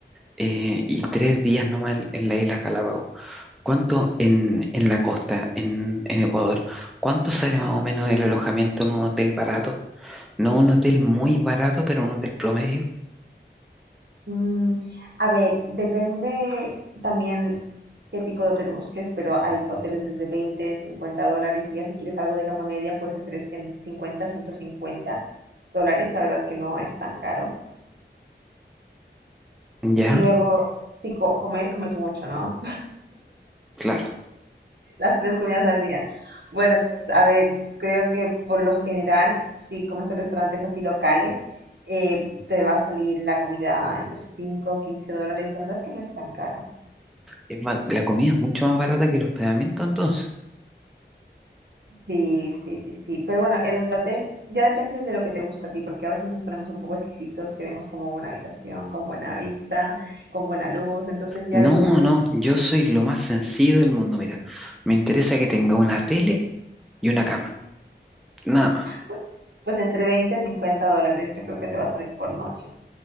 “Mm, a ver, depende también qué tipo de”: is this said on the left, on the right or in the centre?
Right